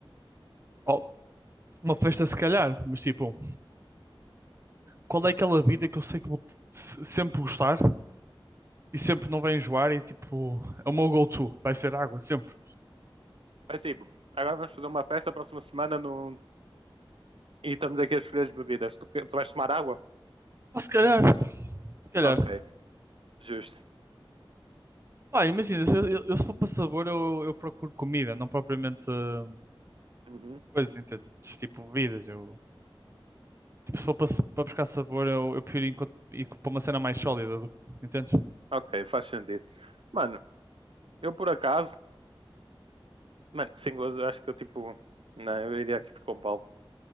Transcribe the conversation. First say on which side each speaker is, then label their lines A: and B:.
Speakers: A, on the right; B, on the right.
A: Oh, uma festa se calhar, mas tipo, qual é aquela vida que eu sei que vou t- se- sempre gostar? e sempre não vai enjoar e tipo, é o meu go-to, vai ser água sempre.
B: Mas tipo, agora vamos fazer uma festa próxima semana no... e estamos aqui a escolher as bebidas. Tu, que- tu vais tomar água?
A: Ah, se calhar, se calhar.
B: Ok, justo.
A: Pá, imagina, se eu, eu- eu se for para sabor, eu, eu procuro comida, não propriamente eh,
B: Uhum.
A: coisas, entende? Tipo bebidas. Eu, tipo, se for para, sa- para buscar sabor, eu, eu prefiro enco- ir para uma cena mais sólida, do, entendes?
B: Ok, faz sentido. Mano, eu por acaso, mano, sem gozo, eu acho que eu tipo, não, eu iria aqui de Compal.